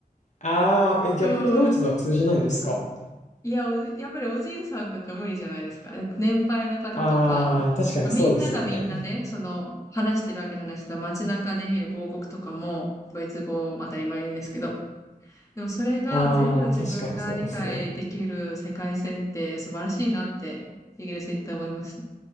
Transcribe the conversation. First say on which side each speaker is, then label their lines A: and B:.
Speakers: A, on the left (about 50°); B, on the left (about 20°).
A: ああ、え、逆にドイツとは通じないんですか
B: <laughs> うん。いや、おじ、やっぱりおじいさんとか無理じゃないですか。年配の方とか、
A: ああ、確かにそうですよね。
B: まあみんながみんなね、その、話してるわけじゃない人は街中で見る広告とかも、ドイツ語当たり前ですけど、でもそれが全部自分が理解できる世界線って素晴らしいなって、
A: ああ、確かにそうですね。
B: イギリス行って思いました。